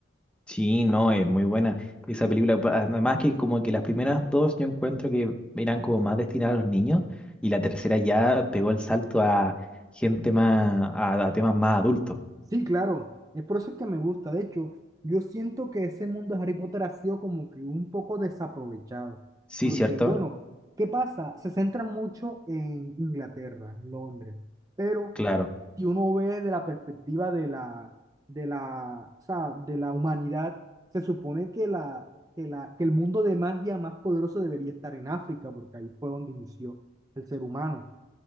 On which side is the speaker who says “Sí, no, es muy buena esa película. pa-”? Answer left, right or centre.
Centre